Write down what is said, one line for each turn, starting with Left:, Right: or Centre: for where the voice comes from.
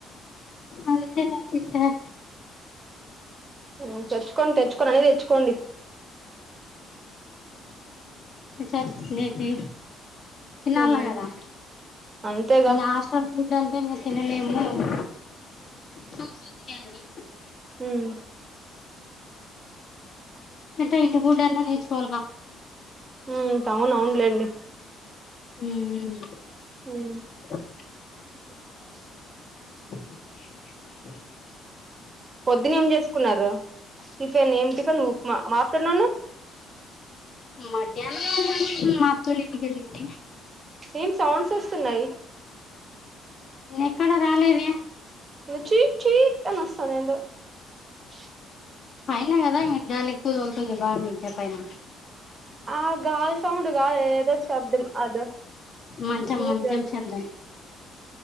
Left: అందుకనే సిస్టర్
Right: హ్మ్ తెచ్చుకోని తెచ్చుకోని అన్ని తెచ్చుకోండి
Left: చట్నీకి తినాలా
Right: ఉమ్
Left: గదా
Right: అంతేగా
Left: ఇంకా హాస్టల్ ఫుడ్ అంటే ఇంకా తినలేం హ్మ్ చూసి అంతే అవి
Right: హ్మ్
Left: అంటే ఇంటి పుడ్డన్నా నేర్చుకోవాలిగా
Right: హ్మ్ టవునవును లెండి
Left: హ్మ్
Right: ఉమ్
Left: <inaudible>
Right: <inaudible>
Left: <inaudible>
Right: పొద్దున్న ఏం చేసుకున్నారు టిఫెన్ ఏం టిఫెన్ మాఫ తన్నాను
Left: మధ్యాహ్నం మత్తళ్ళ ఇంటికి వెళ్ళండి
Right: సేమ్ సౌండ్స్ న్నా
Left: ఎక్కడ రాలేద
Right: అ అస్తస్త ఇక్కడ పదానికి వాయిస్ రికార్డుకు తేడా ఉంద ఏదో చి చి చి చి అని వస్తుంది.
Left: పనా కదా జాలికి కుదవుతుంది బాగా మీదే పైన
Right: ఆ గాలి సౌండ్ గాదు ఏదో శబ్దం అదో
Left: మంచం
Right: ఏదో
Left: మంచం
Right: జరుపు
Left: శబ్దం